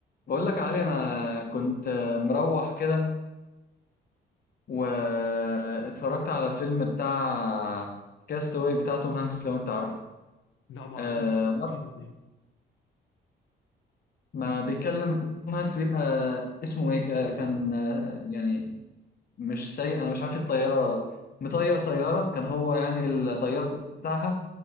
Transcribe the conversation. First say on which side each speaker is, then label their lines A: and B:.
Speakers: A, on the left; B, on the left.
A: بقول لك يا علي انا كنت مروح كده واتفرجت على فيلم بتاع كاستاوي بتاع توم هانكس لو انت عارفه
B: لا ما اعرفوش
A: أه وقت
B: بيتكلم عن ايه
A: ما بيتكلم توم هانكس بيبقى اسمه ايه آه، كان آه، يعني مش سايق انا مش عارف الطياره مطير طياره كان هو يعني الطيار بتاعها